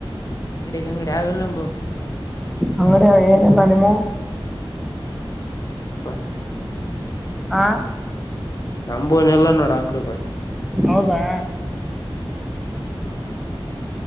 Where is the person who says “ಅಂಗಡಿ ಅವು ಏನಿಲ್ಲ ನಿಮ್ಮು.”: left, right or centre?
Centre